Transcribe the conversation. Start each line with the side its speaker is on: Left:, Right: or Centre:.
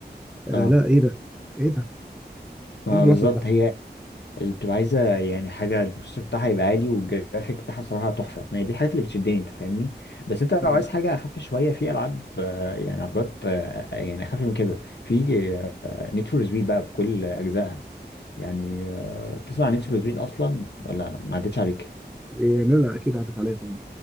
Centre: آه
Left: اه
Centre: لا ايه ده ايه ده
Left: ما
Centre: ايه الجرافيك
Left: بالظبط
Centre: ده
Left: هي اللي بتبقى عايزه يعني حاجه البروسيسور بتاعها يبقى عالي والجرافيك بتاعها صراحه تحفه ما هي دي الحاجات اللي بتشدني انت فاهمني بس انت
Centre: مم.
Left: لو عايز حاجه اخف شويه في العاب آه، يعني عربيات آه، آه، يعني اخف من كده في نيد فور سبيد بقى بكل اجزائها يعني آه، تسمع نيد فور سبيد اصلا ولا ما عدتش عليك
Centre: إيه لا لا اكيد عدت عليا طبعا